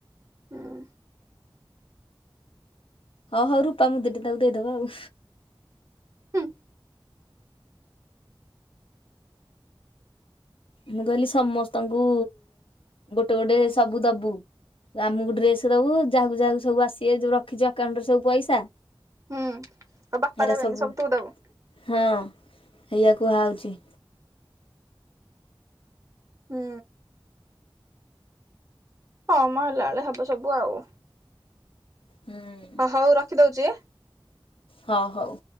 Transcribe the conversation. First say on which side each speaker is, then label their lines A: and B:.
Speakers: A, on the right; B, on the left.
A: ହୁଁ
B: ହଉ ହଉ ରୂପା ମୁଦି ଟେ ତାକୁ ଦେଇଦବା ଆଉ।
A: ହୁଁ
B: ମୁଁ କହିଲି ସମସ୍ତଙ୍କୁ ଗୋଟେ ଗୋଟେ ସବୁ ଦବୁ ଆମକୁ ଡ୍ରେସ ଦବୁ ଯାହାକୁ ଯାହାକୁ ସବୁ ଆସିବେ ଯଉ ରଖିଚୁ ଆକାଉଣ୍ଟରେ ସବୁ ପଇସା
A: ହୁଁ ଆଉ ବାପା
B: ହେରା
A: ଦେବେନି
B: ସବୁ
A: ତୁ ଦବୁ
B: ହଁ ଏଇଆ କୁହା ହଉଛି।
A: ହୁଁ। ହଁ ମ ହେଲା ବେଳେ ହବ ସବୁ ଆଉ।
B: ହୁଁ।
A: ହ ହଉ ରଖିଦଉଛି।
B: ହଁ ହଉ।